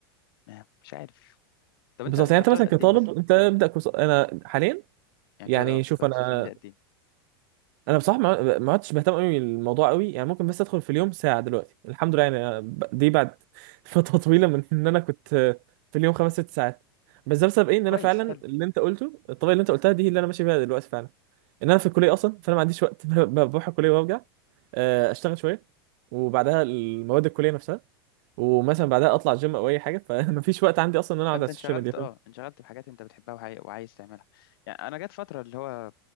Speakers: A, on the left; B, on the right.
A: ما- مش عارف طب أنت
B: بالظبط
A: أنت
B: يعني انت
A: بتقعد
B: مثلا
A: قد
B: كطالب
A: إيه مثلا؟
B: انت ابدا كورس انا حاليا
A: يعني
B: يعني
A: بتقعد آه، بتقعد
B: شوف انا
A: السوشيال ميديا قد إيه؟
B: انا بصراحه ما ما عدتش بهتم قوي بالموضوع قوي يعني ممكن بس ادخل في اليوم ساعه دلوقتي الحمد لله يعني أنا ب- دي بعد <laughs> فتره طويله من ان انا كنت في اليوم خمس ست ساعات بس ده بسبب ايه ان
A: كويس
B: انا فعلا
A: حلو
B: اللي انت قلته الطريقه اللي انت قلتها دي هي اللي انا ماشي بيها دلوقتي فعلا ان انا في الكليه اصلا فانا ما عنديش وقت <laughs> ب- بروح الكليه وارجع آه، اشتغل شويه وبعدها المواد الكليه نفسها ومثلا بعدها اطلع جيم او اي حاجه فمفيش <laughs> وقت عندي اصلا ان انا اقعد
A: فانت
B: على
A: انشغلت
B: السوشيال ميديا فاهم؟
A: اه انشغلت بحاجات انت بتحبها وعاي... وعايز تعملها يعني انا جت فتره اللي هو